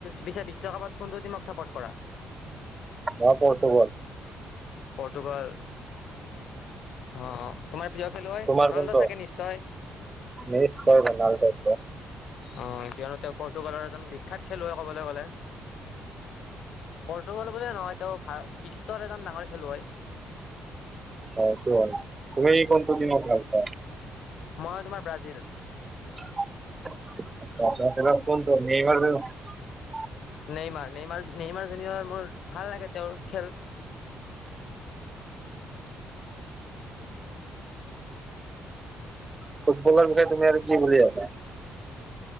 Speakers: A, on the left; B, on the right.
A: পিছে বিশ্বকাপত কোনটো টিমক চাপৰ্ট কৰা
B: মই পৰ্তুগল
A: পতুগাল অ' তোমাৰ প্ৰিয় খেলুৱৈ
B: তোমাৰ
A: ৰনাল্ডো
B: কোনটো
A: চাগে নিশ্চয়
B: নিশ্চয় ৰনাল্ড' একদম
A: অঁ কিয়নো তেওঁ পৰ্তুগালৰ এজন বিখ্যাত খেলুৱৈ ক'বলৈ গ'লে পৰ্তুগাল বুলিয়ে নহয় তেও ভা বিশ্বৰ এজন ডাঙৰ খেলুৱৈ
B: অঁ কি হয় তুমি ক <unintelligible>
A: মই তোমাৰ ব্ৰাজিল
B: <unintelligible>
A: নেইমাৰ নেইমাৰ নেইমাৰজন মোৰ ভাল লাগে তেওঁৰ খেল
B: ফুটবল বিষয়ে তুমি আৰু কি বুলি ভাবা